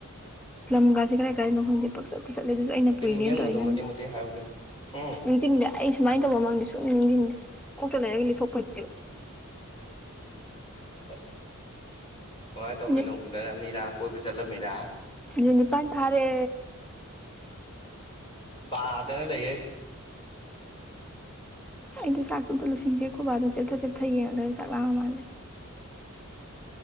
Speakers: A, in the centre; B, on the left.
A: ꯂꯝꯒꯥꯁꯤ ꯀꯔꯥꯏ ꯈꯪꯗꯦ ꯄꯡꯆꯠꯇ ꯆꯠꯂꯦ ꯑꯗꯨꯁꯨ ꯑꯩꯅ
B: ꯑꯩ
A: ꯄꯨꯏꯅꯦꯅ
B: ꯅꯤꯡꯁꯤꯡꯕꯗꯣ
A: ꯇꯧꯔꯤꯅꯪ
B: ꯃꯇꯦꯛ ꯃꯇꯦꯛ ꯍꯥꯏꯕꯅꯦ ꯍꯨꯝ
A: ꯅꯤꯡꯁꯤꯡꯗꯦ ꯑꯩ ꯁꯨꯃꯥꯏ ꯇꯧꯕ ꯃꯥꯡꯗꯤ ꯁꯨꯡꯅꯤꯡ ꯅꯤꯡꯁꯤꯡꯗꯦ ꯀꯣꯛꯇ ꯂꯩꯔꯒ ꯂꯤꯊꯣꯛꯄ ꯍꯩꯇꯦꯕ
B: <unintelligible> ꯀꯃꯥꯏꯅ ꯇꯧꯃꯤꯅꯣ
A: ꯃꯤꯅꯤꯠ
B: ꯎꯅꯔꯝꯃꯤꯔꯥ ꯀꯣꯏꯕ ꯆꯠꯂꯝꯃꯤꯔ
A: ꯃꯤꯅꯤꯠ ꯅꯤꯄꯥꯥꯟ ꯐꯥꯔꯦ
B: ꯄꯥꯗꯅ ꯂꯩꯍꯦ
A: ꯑꯩꯗꯣ ꯆꯥꯛꯇꯣ ꯑꯝꯇꯦ ꯂꯣꯏꯁꯤꯟꯒꯦ ꯈꯨꯕꯥꯗꯣ ꯆꯦꯠꯊ ꯆꯦꯠꯊ ꯌꯦꯡ ꯂꯩꯔꯦ ꯆꯥꯛ ꯂꯥꯝꯃ ꯃꯥꯜꯂꯦ